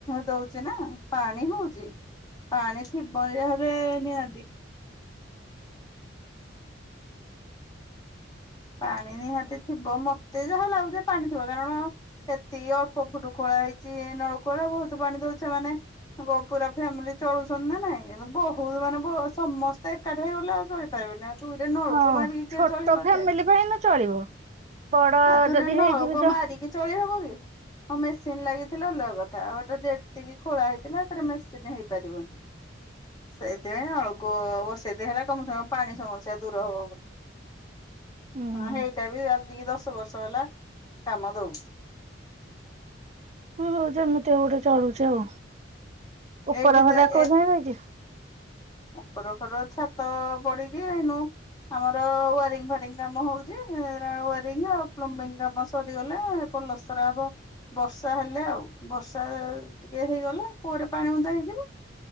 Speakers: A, on the left; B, on the right.
A: ଦଉଛି ନା ପାଣି ହଉଚି। ପାଣି ଥିବ ଯାହେଲେ ନିହାତି। ପାଣି ନିହାତି ଥିବ, ମତେ ଯାହା ଲାଗୁ ଯେ ପାଣି ଥିବ କାରଣ ସେତିକି ଅଳ୍ପ ଫୁଟୁ ଖୋଳା ହେଇଛି ନଳକୂଅର, ବହୁତ ପାଣି ଦଉଛେ ମାନେ ପୁରା ଫ୍ୟାମିଲି ଚଳୁଛନ୍ତି ନା ନାଇଁ, ବହୁତ ମାନେ ସମସ୍ତେ ଏକାଠି ହେଇଗଲେ ଆଉ ଏ ପାଇବୁନି, ଆଉ ତୁ ଗୋଟେ ନଳକୁ
B: ହଁ
A: ମାରିକି
B: ଛୋଟ
A: କିଏ ଚଳିବ ଏତେ।
B: <unintelligible> ଚଳିବ। ବଡ
A: ଆଉ ତୁ
B: ଯଦି
A: ନା ନଳକୂଅ
B: ହେଇଯିବେ ଯ
A: ମାରିକି ଚଳି ହବ କି? ହଁ ମେସିନ ଲାଗିଥିଲା ଅଲଗା କଥା, ଆମର ତ ଯେତିକି ଖୋଳା ହେଇଥିଲା <unintelligible> ମେସିନ ହେଇପାରିବନି। ସେଇଥିପାଇଁ ଆଉ କୋ ବର୍ଷେ ଦି ହେଲା କମ ସେ କମ ପାଣି ସମସ୍ୟା ଦୂର ହବ ବୋଲି।
B: ହୁଁ
A: ହଁ ସେଇଟା ବି ଆଜିକି ଦଶ ବର୍ଷ ହେଲା କାମ ଦଉଛି।
B: ହଁ ଯେମିତି ଗୋଟେ ଚଳୁଛି ଆଉ, ଉପର
A: ଏଇଠି
B: ଘର
A: ଏ
B: କରିନାହାନ୍ତି କି?
A: ଉପର ଘର ଛାତ ପଡିକି ଏଇନୁ ଆମର ୱାରିଙ୍ଗ ଫାରିଙ୍ଗ କାମ ହଉଛି, ୱାରିଙ୍ଗ ଆଉ ପ୍ଲମ୍ବିଂ କାମ ସରିଗଲେ ପଲସ କରା ହବ ବର୍ଷା ହେଲେ ଆଉ, ବର୍ଷା ଟିକେ ହେଇଗଲେ କୂଅରେ ପାଣି ବୁନ୍ଦାଏ ହେଇଯିବ।